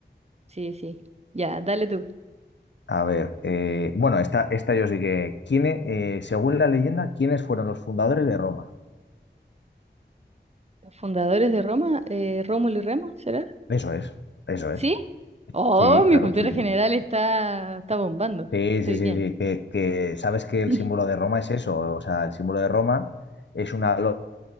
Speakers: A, on the right (about 35°); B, on the left (about 70°).
A: sí, sí. Ya, dale tú.
B: A ver, eh, bueno, esta, esta yo sí que. ¿Quién, eh, según la leyenda, ¿quiénes fueron los fundadores de Roma?
A: ¿Los fundadores de Roma? Eh, ¿Rómulo y Remo, será?
B: Eso es, eso es.
A: ¿Sí? Oh,
B: Sí,
A: mi
B: claro,
A: cultura
B: sí, sí.
A: general está, está bombando.
B: Sí,
A: Estoy
B: sí, sí,
A: bien.
B: sí. Que, que sabes que el
A: <laughs>
B: símbolo de Roma es eso. O sea, el símbolo de Roma es una loca